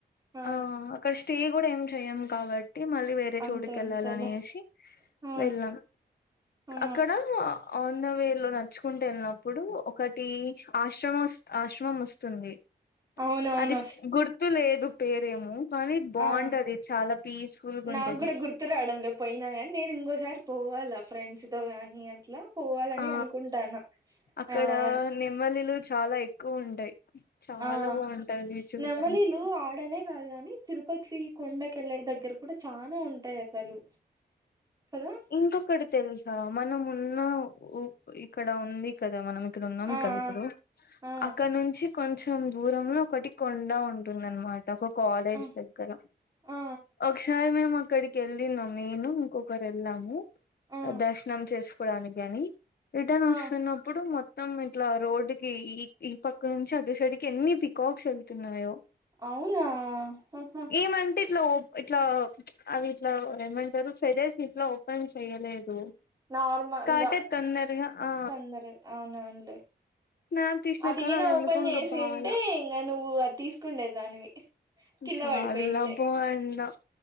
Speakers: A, on the right (about 20°); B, on the left (about 65°).
A: ఆ
B: ఆహ్ అక్కడ స్టే కూడా ఏం చే. చేయం కాబట్టి మళ్ళీ వేరే
A: అంతే
B: చోటుకి వెళ్ళాలనేసి
A: అంతేలే ఆ
B: వెళ్ళాం.
A: ఆ
B: అక్కడ ఆన్ ద వే లో నడుచుకుంటూ వెళ్ళినప్పుడు ఒకటి. ఆశ్రమ వస్ ఆహ్ ఆశ్రమం వస్తుంది
A: అవునవును
B: అది గుర్తు లేదు. పేరేమో. కానీ బాగుంటది
A: ఆహ్
B: చాలా పీస్ఫుల్గా
A: నాకు
B: ఉంటది
A: కూడా గుర్తు రావడంలో పోయినా కానీ నేను ఇంకోసారి. పోవాలా ఫ్రెండ్స్ తో గానీ అట్లా. పోవాలనే
B: ఆ
A: అనుకుంటా ఉన్న
B: అక్కడ
A: ఆన్.
B: నెమ్మలిలు చాలా ఎక్కువ ఉంటాయి. చాలా
A: ఆహ్
B: బాగుంటది చూడ్డానికి
A: నెమ్మలీలు ఆడనే. రాదు కాని తిరుపతి కొండకెల్లే దగ్గర కూడా చానా ఉంటాయి అసలు. కదా
B: ఇంకొకటి తెలుసా మనం ఉన్న ఇక్కడ ఉంది కదా మనం. ఇక్కడ ఉన్నాం
A: ఆ
B: కదా ఇప్పుడు
A: ఆ
B: అక్కడ నుంచి కొంచెం. కొంచెం దూరంలో ఒకటి కొండ ఉంటుంది అనమాట. ఒక కాలేజ్
A: ఆ
B: దగ్గర
A: ఆ
B: ఒకసారి మేము అక్కడికి వెళ్ళినాం నేను ఇంకొక. వెళ్ళాము
A: ఆ ఆ
B: దర్శనం చేసుకోవడానికాని రిటర్న్
A: ఆ
B: వస్తున్నప్పుడు మొత్. మొత్తం ఇట్లా రోడ్డుకి ఈ ఈ పక్క నుంచి అటుసైడుకి ఎన్ని పికాక్స్ వెళ్తున్నాయో.
A: అవునా ఆహ్.
B: ఏమంటే ఇట్లా ఇట్లా ప్చ్ అవి ఇట్లా ఏమంటారు ఫెదర్స్ ను ఇట్లా ఓపెన్ చేయలేదు.
A: నార్మల్గా
B: కాటర్ తొందరగా ఆ
A: తొందరగా అవును అవునులే.
B: స్నాప్ తీసినా
A: అదిగినే
B: కానీ అది
A: ఓపెన్
B: ఎందుకో
A: చేసింటే
B: ఇంకా బాల
A: ఇంకా నువ్వు అది తీసుకుండే దానివి. కిందపడిపోయింటే
B: చాలా బాగుండ